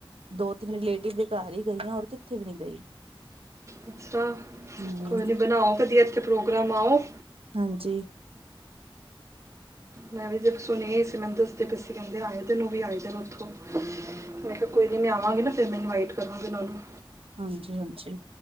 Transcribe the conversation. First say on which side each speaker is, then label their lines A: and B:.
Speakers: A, on the right; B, on the right.
A: ਦੋ ਤਿੰਨ ਰਿਲੇਟਿਵ ਦੇ ਘਰ ਹੀ ਗਈ ਆਂ ਔਰ ਕਿੱਥੇ ਵੀ ਨੀ ਗਈ।
B: ਅੱਛਾ,
A: ਹੂੰ
B: ਕੋਈ ਨੀ ਬਣਾਓ ਵਧੀਆ ਇੱਥੇ ਪ੍ਰੋਗਰਾਮ ਆਓ।
A: ਹਾਂਜੀ।
B: ਮੈਂ ਵੀ ਫੇਰ ਸੁਣਿਆ ਹੀ ਸੀ ਮੈਨ ਦੱਸਦੇ ਪਏ ਸੀ, ਕਹਿੰਦੇ ਆਏ ਦੇਨੇ ਔਵੀ ਆਏ ਦੇਨੇ ਔਥੋਂ। ਮੈਂ ਕਿਹਾ ਕੋਈ ਨੀ ਮੈਂ ਆਵਾਂਗੀ ਨਾ ਫੇਰ ਮੈਂ ਇਨਵਾਈਟ ਕਰਾਂਗੀ ਉਹਨਾ ਨੂੰ।
A: ਹਾਂਜੀ-ਹਾਂਜੀ,